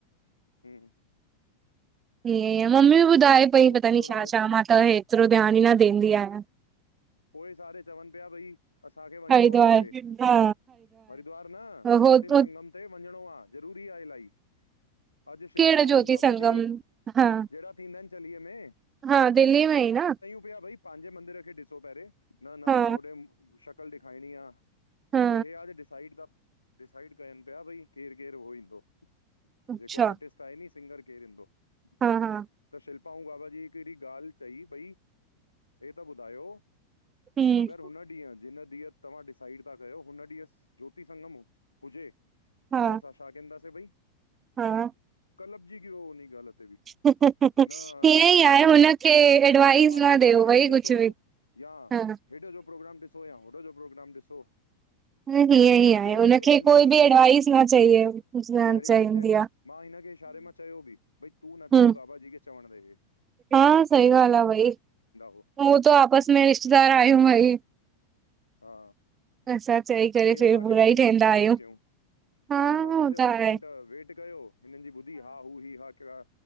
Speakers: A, on the left; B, on the right.
A: हम <inaudible>
B: ईअं ई मम्मी बि ॿुधाए पई
A: सोचंदो
B: पता नंइ छा-
A: रहे
B: छा, मां त एतिरो ध्यानु ई न ॾींदी आयां।
A: पोइ सारे चवनि पिया, भई असांखे वञिणो
B: हरिद्वार
A: आ होॾे,
B: हा
A: हरिद्वार न
B: हो
A: ज्योतिन
B: हो
A: संगम। हुते वञिणो आ, ज़रूरी आ इलाही। अॼु शिल्पा
B: केड़ ज्योति
A: अंऊं बाबा
B: संगम
A: जी जहिड़ा
B: हा
A: थींदा आहिन चलीअ में।
B: हा दिल्ली में ई न।
A: कृपया भई पंहिंजे मंदर खे ॾिसो पहिरे! न न
B: हा
A: होॾे शकल दिखाएंणी आ
B: हा
A: त हे आज डिसाइड त डिसाइड कयन पिया भई केर- केर उहो ईंदो,
B: अच्छा
A: जेको आर्टिस्ट -- नी सिंगर केरु ईंदो त
B: हा हा
A: शिल्प -- पा अंऊ बाबा जी हिकड़ी ॻाल्ह चई, भई हे त ॿुधायो --
B: हम्म
A: अगर हुन ॾींह जिन ॾींहुं तव्हां डिसाइड था कयो हुन ॾींहुं ज्योति संगम हुजे --
B: हा
A: त असां छा कहंदासीं भई --
B: हा
A: कलपजी व्यो उनी ॻाल --
B: ईअं
A: न तव्हां
B: ई
A: पांजो,
B: आहे हुनखे एडवाइस
A: तव्हां पांजो
B: न ॾियो
A: प्रोग्राम
B: भई
A: ॾिसो।
B: कुझु बि
A: या
B: हा
A: हेॾ जो प्रोग्राम ॾिसो या होॾ जो प्रोग्राम ॾिसो।
B: न हिअं
A: पोइ मां
B: ई आ,
A: चयो भई
B: हुनखे
A: हुननि जे
B: कोई
A: मन
B: बि
A: में
B: एडवााइस न चाहिए न
A: क्लैरिटी
B: चाहींदी
A: चए
B: आ।
A: मां हिन खे इशारे मां चयो बि भई तू न
B: हम्म
A: चओ बाबा जी खे चवण ॾे हे,
B: हा सही ॻाल्ह आ भई
A: हो
B: हूं त आपस में रिश्तेदार आयूं भई --
A: हा
B: असां चई करे
A: भई
B: फिर
A: असांखे
B: बुरा
A: मूं
B: ई ठहंदा
A: गंदो
B: आहियूं
A: कयूं --
B: हा
A: वरी मां
B: हो
A: पंज
B: त
A: सत
B: आहे
A: मिंट वेट कयो हिनन जी ॿुधी हा- हू- ही- हा- कहिड़ा